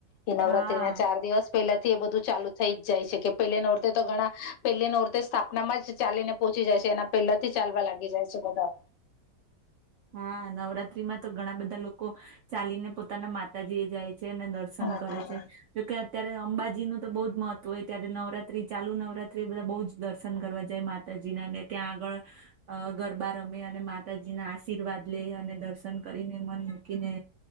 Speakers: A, on the left; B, on the right.
A: એ નવરાત્રી
B: હા
A: ના ચાર દિવસ પેલા થી એ બધું ચાલુ થઈ જ જાય છે કે પહેલે નોર્તે તો ઘણા પહેલી નોરતે સ્થાપના માં જ ચાલીને પહોચી જાય છે એના પહેલાથી ચાલવા લાગી જાય છે બધા
B: હા નવરાત્રીમાં તો ઘણા બધા લોકો ચાલીને પોતાના માતાજી એ જાય છે અને દર્શન
A: હા
B: પન કરે
A: હા
B: છે. જોકે અત્યારે અંબાજી નું તો બહુ જ મહત્વ હોય ત્યારે નવરાત્રી ચાલુ નવરાત્રી બધા બહુ જ દર્શન કરવા જાય મા માતાજી નાને ત્યાં આગળ ગરબા રમે અને માતાજીના આશીર્વાદ લે અને દર્શન કરીને મન મૂકીને